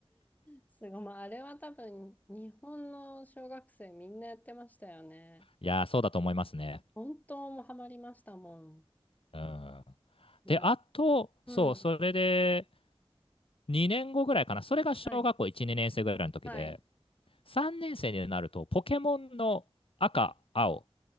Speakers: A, on the left (about 15°); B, on the left (about 65°).
A: すごい。まあ、あれは多分日本の小学生みんなやってましたよね。
B: いやー、そうだと思いますね。
A: 本当もうハマりましたもん。
B: うん。
A: なん
B: で、あと、
A: うん。
B: そう、それで2年後ぐらいかな。それが小学校1、
A: はい。
B: 2年生ぐらいの時で、
A: はい。
B: 3年生になると、ポケモンの赤、青、